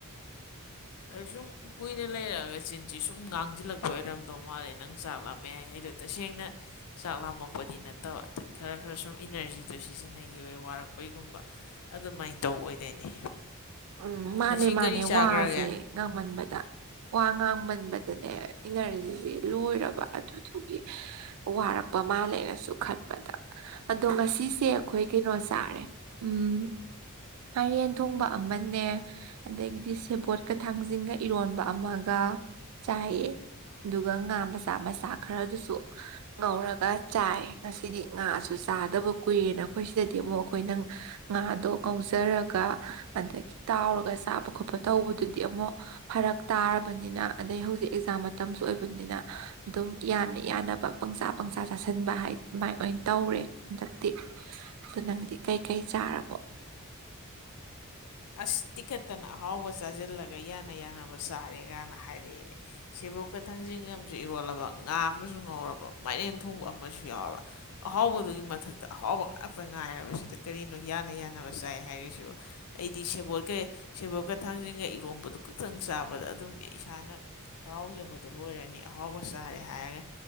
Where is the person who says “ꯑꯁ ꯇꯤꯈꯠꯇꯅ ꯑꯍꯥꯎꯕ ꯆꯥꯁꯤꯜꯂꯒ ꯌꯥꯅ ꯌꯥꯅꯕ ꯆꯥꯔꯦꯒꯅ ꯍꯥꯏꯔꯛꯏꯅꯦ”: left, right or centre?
Left